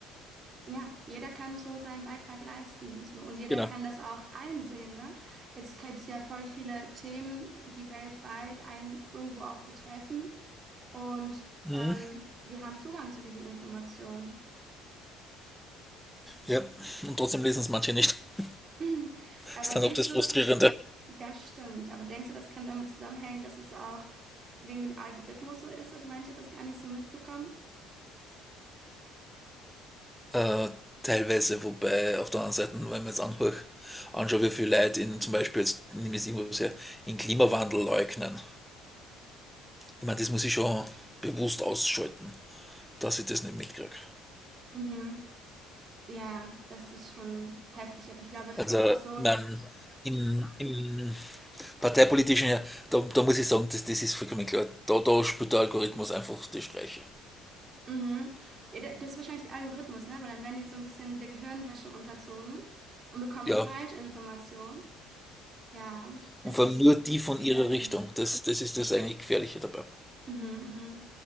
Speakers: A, on the right (about 40°); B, in the centre.
A: Ja, jeder kann so seinen Beitrag leisten, so. Und jeder
B: Genau.
A: kann das auch einsehen, ne? Jetzt gibt's ja voll viele Themen, die weltweit einen irgendwo auch betreffen. Und
B: Mhm.
A: ähm, wir haben Zugang zu diesen Informationen.
B: Ja, und trotzdem lesen es manche nicht. <laughs>
A: <clears throat> Aber
B: Das Ist dann
A: denkst
B: auch das
A: du,
B: Frustrierende.
A: das stimmt, aber denkst du, das kann damit zusammenhängen, dass es auch wegen dem Algorithmus so ist, dass manche das gar nicht so mitbekommen?
B: Äh, teilweise, wobei auf der anderen Seite, wenn man jetzt anhört, anschaue, wie viele Leute in zum Beispiel, jetzt nehme ich es irgendwo sehr, in Klimawandel leugnen. Ich meine, das muss ich schon bewusst ausschalten, dass ich das nicht mitkriege.
A: Mhm. Ja, das ist schon heftig, aber ich glaube, das
B: Also,
A: ist auch so.
B: mein, im, im parteipolitischen, da, da muss ich sagen, das, das ist vollkommen klar. Da, da spielt der Algorithmus einfach die Streiche.
A: Mhm. Ja, da- das ist wahrscheinlich der Algorithmus, ne? Weil dann werden die so ein bisschen der Gehirnwäsche unterzogen und bekommen
B: Ja,
A: so Falschinformationen. Ja, das
B: Und vor
A: ist
B: allem nur die von
A: gefährlich.
B: ihrer Richtung. Das, das ist das eigentlich Gefährliche dabei.
A: Mhm, mhm.